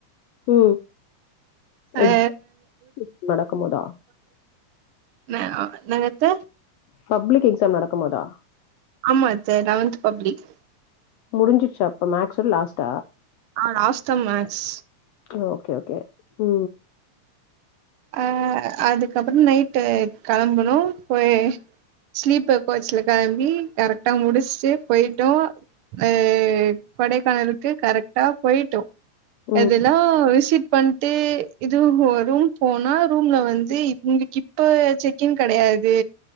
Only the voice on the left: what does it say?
உ
எக்ஸ் நடக்கும்போதா
பப்ளிக் எக்ஸாம் நடக்கும் போதா
முடிஞ்சிசா அப்ப மேக்சோட லாஸ்டா
ஆ ஓகே ஓகே உ
ம்